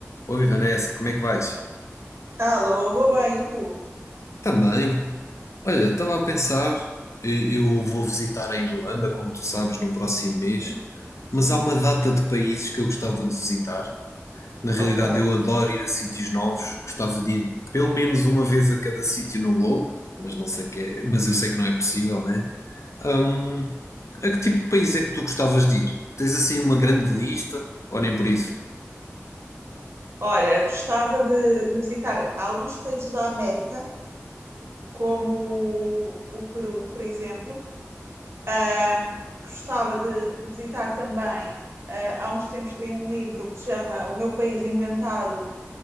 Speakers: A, on the left (about 70°); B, on the right (about 50°).
A: Oi Vanessa, como é que vais?
B: Alô, vou bem, e tu?
A: Também. Olha, estava a pensar, e- eu vou visitar a Irlanda, como tu sabes, no próximo
B: Uhum,
A: mês, mas
B: sim,
A: há uma data de países que eu gostava de visitar. Na realidade,
B: ok.
A: eu adoro ir a sítios novos, gostava de ir pelo menos uma vez a cada sítio no globo, mas não sei que é- mas eu sei que não é possível, né? Hum, a que tipo de país é que tu gostavas de ir? Tens assim uma grande lista? Ou nem por isso?
B: Olha, gostava de, de visitar alguns países da América, como o, Peru, por exemplo. Ah, gostava de, de visitar também. ah, há uns tempos li um livro que se chama O Meu País Inventado,